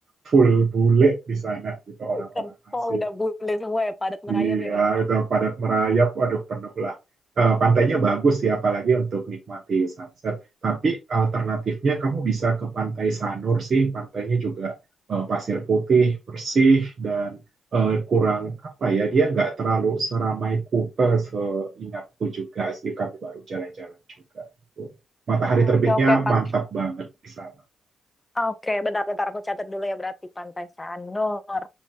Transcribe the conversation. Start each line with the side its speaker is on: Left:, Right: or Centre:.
Right: full bule di sana gitu orang-orang
Left: Kan,
Right: asing.
Left: oh udah bule semua ya padat merayap
Right: Iya,
Left: ya, Kak.
Right: udah padat merayap, aduh penuh lah. Eh, pantainya bagus ya, apalagi untuk nikmati sunset. Tapi alternatifnya kamu bisa ke Pantai Sanur sih, pantainya juga eh, pasir putih, bersih, dan eh, kurang apa ya, dia nggak terlalu seramai Kuta seingatku juga sih, kami baru jalan-jalan juga. Gitu. Matahari
Left: Oh,
Right: terbitnya
Left: Oke, oke,
Right: mantap
Left: pan.
Right: banget di sana. <laughs>
Left: Oke, bentar-bentar aku catat dulu ya berarti Pantai Sanur.